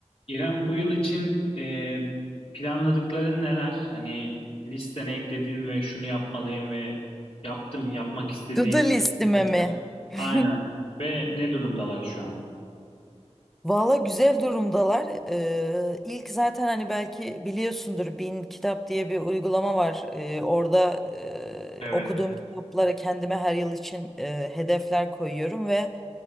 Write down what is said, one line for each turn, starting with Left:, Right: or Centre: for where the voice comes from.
Left: İrem bu yıl için e, planladıkların neler? Hani listene eklediğin ve şunu yapmalıyım ve yaptım yapmak istediğin
Centre: To do listime
Left: şeyler.
Centre: mi? <laughs>
Left: Aynen. Ve ne durumdalar şu an?
Centre: Valla güzel durumdalar. Ee, ilk zaten hani belki biliyorsundur Bin Kitap diye bir uygulama var. Ee, orada e,
Left: Evet.
Centre: okuduğum kitaplara kendime her yıl için e, hedefler koyuyorum ve